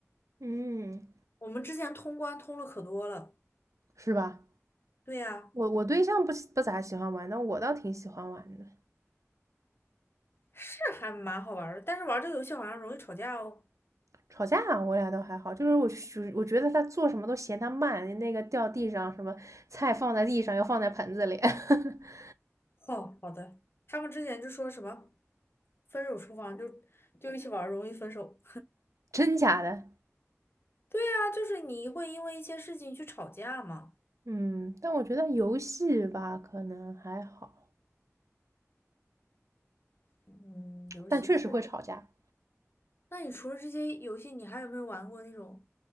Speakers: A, on the right; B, on the left.
A: 嗯，
B: 我们之前通关通了可多了，
A: 是吧？
B: 对呀、
A: 我我对象不不咋喜欢玩，但我倒挺喜欢玩的。
B: 是还蛮好玩儿的，但是玩这个游戏好像容易吵架哦。
A: 吵架我俩倒还好，就是我就我觉得他做什么都嫌他慢，那个掉地上，什么菜放在地上要放在盆子里，<laughs>
B: 哦，好的，他们之前就说什么分手厨房就就一起玩儿容易分手。
A: 真假的？
B: 对呀、就是你会因为一些事情去吵架嘛。
A: 嗯，但我觉得游戏吧可能还好，
B: 嗯，游戏。
A: 但确实会吵架。
B: 那你除了这些游戏，你还有没有玩过那种